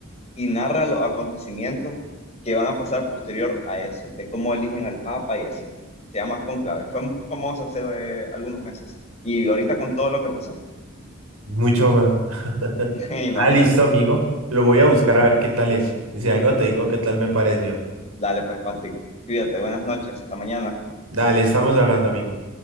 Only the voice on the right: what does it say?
Mucho más. <laughs>
Ah, listo, amigo. Lo voy a buscar a ver qué tal es. Y si algo te digo, qué tal me pareció.
Dale, estamos hablando, amigo.